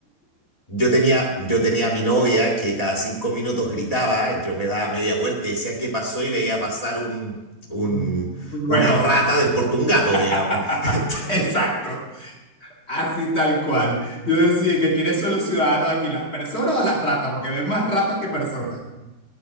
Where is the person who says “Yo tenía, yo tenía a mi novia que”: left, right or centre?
Left